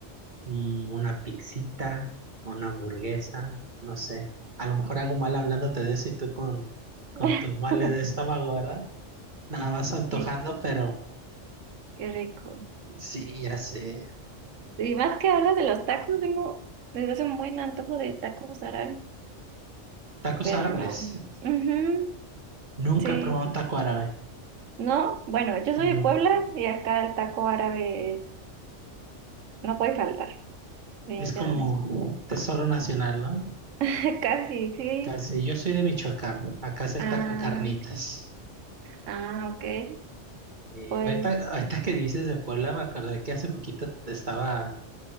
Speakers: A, on the right; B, on the right.
A: mm, una pixita, una hamburguesa, no sé. A lo mejor hago mal hablándote de eso y tú con,
B: <laughs>
A: con tus males de estómago, ¿verdad? Nada más antojando,
B: Sí,
A: pero
B: Qué rico.
A: Sí, ya sé.
B: Y más que hablas de los tacos, tengo desde hace un buen antojo de tacos árabes,
A: Tacos
B: pero
A: árabes.
B: no. Ujú,
A: Nunca
B: sí.
A: he probado un taco árabe.
B: No, bueno, yo soy
A: Nunca.
B: de Puebla y acá el taco árabe no puede faltar, definitivamente.
A: Es como tesoro nacional, ¿no?
B: <laughs> Casi, sí.
A: Casi. Yo soy de Michoacán. Acá es el
B: Ah,
A: taco de carnitas.
B: ah, ok.
A: Eh,
B: Pues
A: ahorita, ahorita que dices de Puebla, me acordé que hace poquito estaba